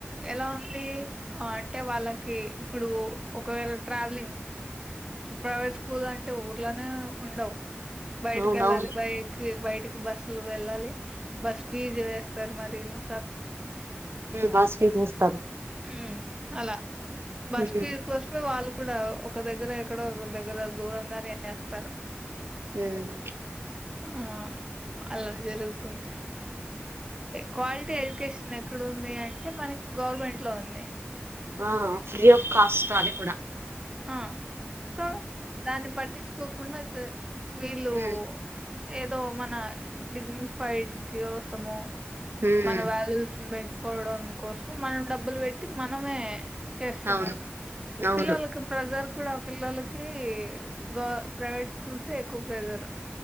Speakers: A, on the right; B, on the right.
A: ఎలా ఉంది అంటే వాళ్ళకి ఇప్పుడు ఒకవేళ ట్రావెలింగ్ ప్రైవేట్ స్కూల్ అంటే ఊర్లోనే ఉండవు బయటకి
B: అవునవును
A: వెళ్ళాల బయకి బయట ఇక బస్లు వెళ్ళాలి బస్ ఫీజు వేస్తారు మరి పను
B: బాస్పీ చేస్తారు
A: హుమ్ అలా బస్పిీ
B: ఉమ్
A: కోసమే వాళ్ళ కూడా ఒక దగ్గర ఎక్కడో ఒక దగ్గర దూరంగానే వేస్తారు
B: హ్మ్మ్
A: ఆ అలా జరుగు తుంది క్వాలిటీ ఎడ్యుకేషన్ ఎక్కడుంది అంటే మనకి గవర్నమెంట్ లో ఉంది
B: ఆ ఫ్రీ ఆఫ్ కాస్ట్ అది కూడా
A: ఆ సో దాని పట్ తీసుకోకుండా వీళ్ళు
B: ఉమ్
A: ఏదో మన డిగ్ని ఫైడ్ కి కోసమో
B: ఉమ్
A: మన వాళ్ళు పెంచుకోవడం కోసం మనం డబ్బులు పెట్టి మనమే చేస్తున్నారు
B: అవును అవును
A: పిల్లలకు ప్రెజర్ కూడా పిల్లలకి గౌ ప్రైవేట్ స్కూల్స్ ఏ ఎక్కువ ప్రెజర్